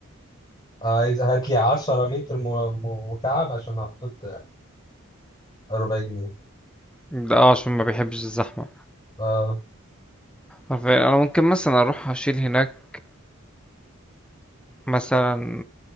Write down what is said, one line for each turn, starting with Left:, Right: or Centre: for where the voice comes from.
Left: عايز هات لي 10 متر م- م- مكعب عشان احط ربع جنيه
Centre: ده اه عشان ما بيحبش الزحمة
Left: اه
Centre: عارفين انا ممكن مثلا اروح اشيل هناك مثلا